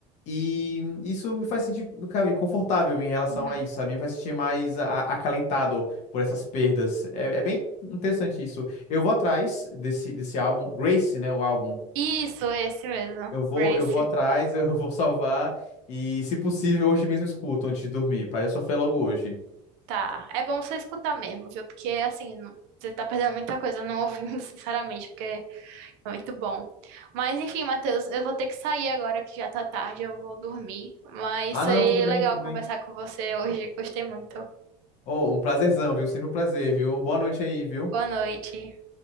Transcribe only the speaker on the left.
E isso me faz sentir, cara, confortável em relação
a isso, sabe? Me faz sentir mais a- acalentado por essas perdas. É, é bem interessante isso. Eu vou atrás desse, desse álbum, Grace, né? O álbum.
Eu vou,
eu vou atrás, <laughs> eu vou salvar. E, se possível, hoje mesmo escuto antes de dormir, pra já sofrer logo hoje.
Ah,
não, tudo bem,
tudo
bem.
Oh, um prazerzão, viu? Sempre um prazer, viu? Boa noite aí, viu?